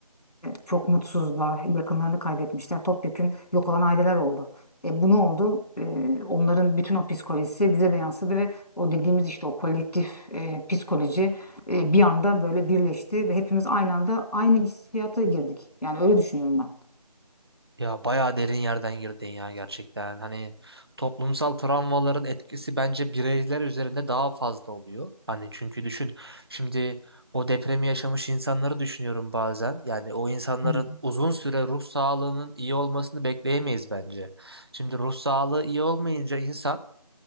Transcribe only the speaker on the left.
çok mutsuzlar, yakınlarını kaybetmişler, topyekün yok olan aileler oldu. E, bu ne oldu? E, onların bütün o psikolojisi bize de yansıdı ve o dediğimiz işte o kolektif e, psikoloji e, bir anda böyle birleşti ve hepimiz aynı anda aynı hissiyata girdik. Yani öyle düşünüyorum ben.
Evet.